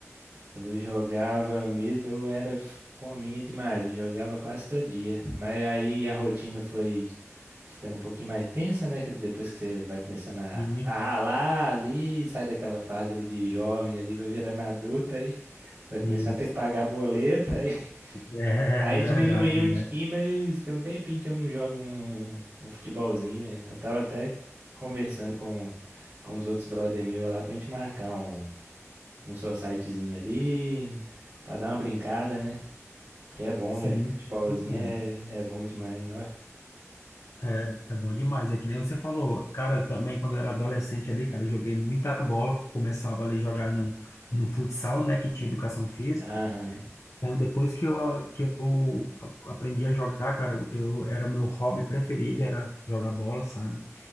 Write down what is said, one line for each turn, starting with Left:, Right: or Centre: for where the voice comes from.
Right: Quando eu jogava mesmo, eu era fominha demais, eu jogava quase todo dia. Mas aí a rotina foi ficando um pouquinho mais tensa, né? que Depois que você vai começando a,
Left: E- e-
Right: a ralar ali, sai daquela fase ali de jovem ali, vai virando adulta aí. você Vai começando
Left: <laughs>
Right: a ter que pagar a boleta aí. <laughs>
Left: É
Right: Aí
Left: é verdade,
Right: diminuiu um tiquinho,
Left: né?
Right: mas tem um tempinho que eu não jogo um, um futebolzinho, né? Eu tava até conversando com, com os outros brother meu lá pra gente marcar um, um societyzinho ali, pra dar uma brincada, né? Que é bom,
Left: Sim,
Right: velho. Futebolzinho
Left: sim,
Right: é, é bom demais, não é?
Left: é, é, é bom demais. É que nem você falou, cara, eu também quando eu era adolescente ali, cara, eu joguei muita bola, começava ali a jogar no, no futsal, né, que tinha educação física.
Right: Aham.
Left: Então, depois que eu, que eu a- aprendi a jogar, cara, eu era o meu hobby preferido, era jogar bola, sabe?